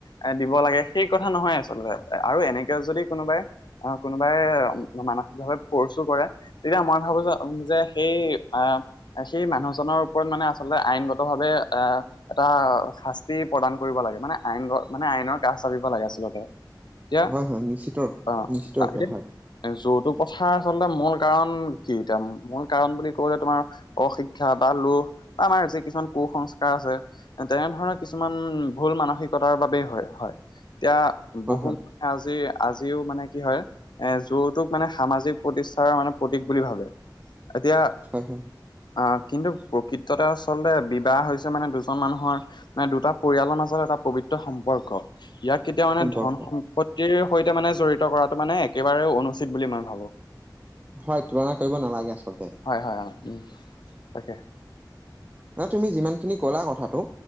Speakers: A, on the left (about 70°); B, on the right (about 20°).
A: এ, দিব লাগে! সেই কথা নহয়, আচলতে আৰু এনেকে, যদি কোনোবাই অ'! কোনোবাই মানসিকভাৱে ফ'ৰ্চো কৰে। তেতিয়া আমাৰ ভাবো যে সেই আহ সেই মানুহজনৰ ওপৰত মানে আচলতে আইনগত ভাৱে আ এটা শাস্তি প্ৰদান কৰিব লাগে মানে আইন মানে আইনৰ কাষ চাপিব লাগে আচলতে। এতিয়া,
B: হয় হয় নিশ্চিত
A: অ'!
B: নিশ্চিত
A: অ'!
B: ৰূপে
A: এতিয়া
B: হয়
A: যৌতুক কথাৰ আচলতে, মূল কাৰণ কি এতিয়া? মূল কাৰণ, বুলি ক'বলে- তোমাৰ অশিক্ষা বা লো বা আমাৰ যি কিছুমান কুসংস্কাৰ আছে। তেনেধৰণৰ কিছুমান ভুল মানসিকতাৰ বাবেই হয় হয় এতিয়া
B: হয়
A: বহু
B: হয়
A: আজি আজিও মানে কি হয় এ যৌতোক মানে সামাজিক প্ৰতিষ্ঠাৰ মানে প্ৰতীক বুলি ভাবে এতিয়া
B: হয় হয়
A: আ কিন্তু প্ৰকৃততে আচলতে বিবাহ হৈছে মানে দুজন মানুহৰ মানে দুটা পৰিয়ালৰ মাজত এটা পবিত্ৰ সম্পৰ্ক ইয়াত কেতিয়া মানে
B: সম্পৰ্ক
A: ধন সম্পত্তিৰ সৈতে মানে জড়িত কৰাটো মানে একেবাৰে অনুচিত বুলি মই ভাবো।
B: হয় তুলনা কৰিব নালাগে আচলতে।
A: হয়, হয়-হয় উম তাকে।
B: নহয় তুমি যিমানখিনি কলা কথাটো